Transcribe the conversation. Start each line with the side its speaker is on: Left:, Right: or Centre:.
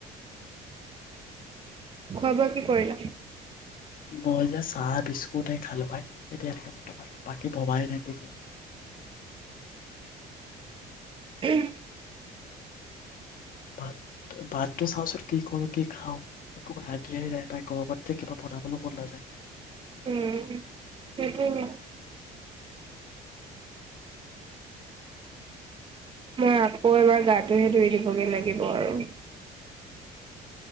Right: খোৱা-বোৱা কি কৰিলা?
Left: মই যে চাহ বিস্কুট খালো পাই এতিয়ালৈকে বৰ্তমান বাকী ভবাই নাই কি কৰো।
Right: উম।
Left: ভাত ভাতটো চাওঁচোন কি কৰো কি খাওঁ একো আইদিয়াই নাই পাই গৰমত যে কিবা বনাবলৈ মন নাযায়।
Right: উম সেইটোৱে। মই আকৌ এবাৰ গাটোহে ধুই দিবগে লাগিব আৰু।